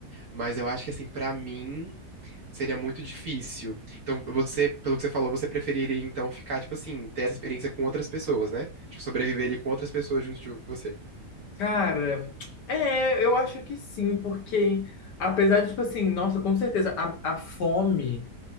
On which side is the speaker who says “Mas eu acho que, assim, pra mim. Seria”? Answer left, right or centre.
Right